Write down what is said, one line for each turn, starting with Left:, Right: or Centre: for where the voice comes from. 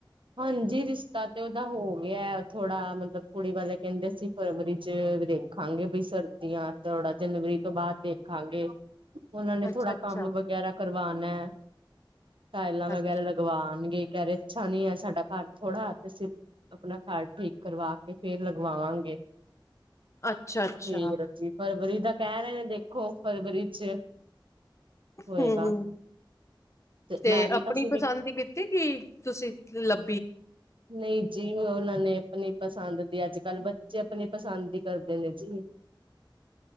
Right: ਹਾਂਜੀ। ਰਿਸ਼ਤਾ ਤੇ ਓਦਾ ਹੋ ਗਿਆ। ਥੋੜਾ ਮਤਲਬ, ਕੁੜੀ ਵਾਲੇ ਕਹਿੰਦੇ ਸੀ ਫਰਵਰੀ ਚ ਦੇਖਾਂਗੇ, ਬਈ ਸਰਦੀਆਂ ਥੋੜਾ ਜਨਵਰੀ ਤੋਂ ਬਾਅਦ ਦੇਖਾਂਗੇ। ਉਹਨਾਂ ਨੇ
Left: ਅੱਛਾ
Right: ਥੋੜਾ
Left: ਅੱਛਾ
Right: ਕੰਮ ਵਗੈਰਾ ਕਰਵਾਉਣਾ ਟਾਇਲਾਂ ਵਗੈਰਾ
Left: ਅੱ
Right: ਲਗਵਾਉਣਗੇ ਕਰੇਟ ਛਾਨੀ ਸਾਡਾ ਘਰ ਥੋੜ੍ਹਾ ਤੇ ਅਸੀਂ ਆਪਣਾ ਘਰ ਠੀਕ ਕਰਵਾ ਕੇ ਫੇਰ ਲਗਵਾਵਾਂਗੇ
Left: ਅੱਛਾ, ਅੱਛਾ।
Right: ਫੇਰ ਅਸੀਂ ਫਰਵਰੀ ਦਾ ਕਹਿ ਰਹੇ ਨੇ, ਦੇਖੋ ਫਰਵਰੀ ਚ' ਹੋਏਗਾ।
Left: ਹੂੰ ਤੇ
Right: ਮੈਂ ਵੀ
Left: ਆਪਣੀ
Right: ਅਸੀਂ
Left: ਪਸੰਦ
Right: ਵੀ
Left: ਹੀ ਕੀਤੀ ਕਿ, ਤੁਸੀਂ ਲੱਭ
Right: ਨਈ ਜੀ ਮੈਂ ਉਹਨਾਂ ਨੇ ਆਪਣੀ ਪਸੰਦ ਦੀ ਅੱਜ- ਕੱਲ੍ਹ ਬੱਚੇ ਆਪਣੀ ਪਸੰਦ ਦੀ ਕਰਦੇ ਨੇ ਜੀ।